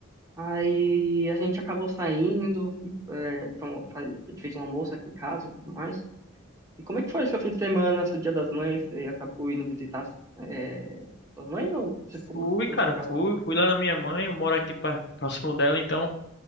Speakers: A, on the right; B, on the left.
A: Aí a gente acabou saindo, é, pra um- fa- a gente fez um almoço aqui em casa e tudo mais. E como é que foi seu fim de semana, seu Dia das Mães? Você acabou indo visitar é, sua mãe ou você ficou
B: Fui,
A: por- pela
B: cara,
A: sua casa
B: fui,
A: mesmo?
B: fui lá na minha mãe, eu moro aqui pra- próximo dela, então